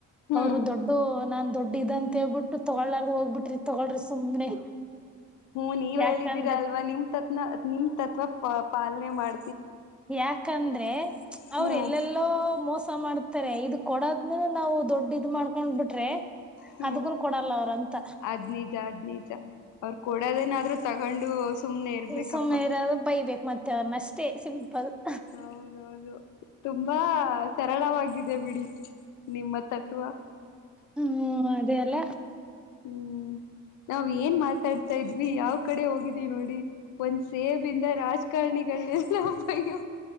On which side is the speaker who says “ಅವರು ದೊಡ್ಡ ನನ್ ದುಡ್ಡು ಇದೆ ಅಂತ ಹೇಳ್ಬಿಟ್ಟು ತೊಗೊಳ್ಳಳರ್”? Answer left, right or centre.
Centre